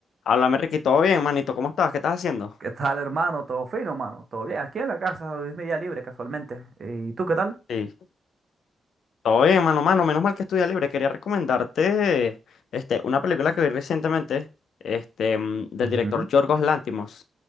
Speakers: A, on the left; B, on the right.
A: Háblame, Ricky, todo bien, manito, ¿cómo estás? ¿Qué estás haciendo?
B: ¿Qué tal, hermano? ¿Todo fino, hermano? ¿Todo bien? Aquí en la casa, hoy es mi día libre, casualmente. Eh, ¿Y tú qué tal?
A: Sí, todo bien, mano, mano, menos mal que estudia libre. Quería recomendarte este, una película que vi recientemente este, mm, del
B: Ujú.
A: director Yorgos Lantimos